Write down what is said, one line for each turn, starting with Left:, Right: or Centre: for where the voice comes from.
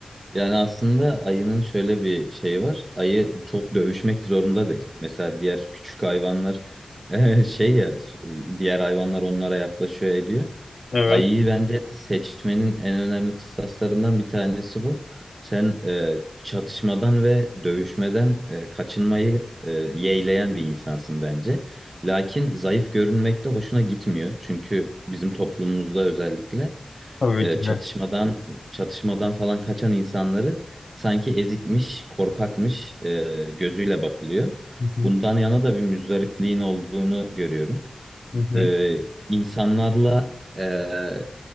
Right: Yani aslında ayının şöyle bir şeyi var. Ayı çok dövüşmek zorunda değil. Mesela diğer küçük hayvanlar <laughs> eh, şey ya s- diğer hayvanlar onlara yaklaşıyor ediyor.
Left: Evet.
Right: Ayıyı bence seçmenin en önemli kıstaslarından bir tanesi bu. Sen eh, çatışmadan ve dövüşmeden eh, kaçınmayı eh, yeğleyen bir insansın bence. Lakin zayıf görünmek de hoşuna gitmiyor. Çünkü bizim toplumumuzda özellikle
Left: Tabii
Right: e,
Left: ki
Right: çatışmadan
Left: de.
Right: çatışmadan falan kaçan insanları sanki ezikmiş, korkakmış e, gözüyle bakılıyor.
Left: Hı hı,
Right: Bundan yana da bir müzdarikliğin olduğunu görüyorum
Left: hı hı,
Right: e, insanlarla e,